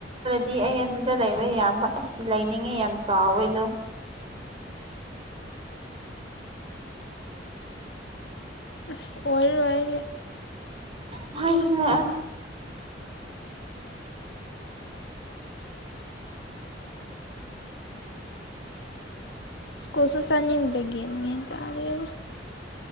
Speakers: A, on the right; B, on the left.
A: ꯁꯤ ꯑꯩ ꯑꯗꯨꯗ ꯂꯩꯕ ꯌꯥꯕ ꯑꯁꯤ ꯂꯩꯅꯤꯡꯉꯦ ꯌꯥꯝ ꯆꯥꯎꯋꯦ ꯑꯗꯨꯣ
B: ꯑ ꯑꯣꯏꯔ ꯑꯣꯏꯒꯦ
A: ꯉꯁꯅ
B: ꯀꯁꯨ ꯁꯅꯤꯟꯗꯒ ꯌꯦꯦ꯭ꯔꯦ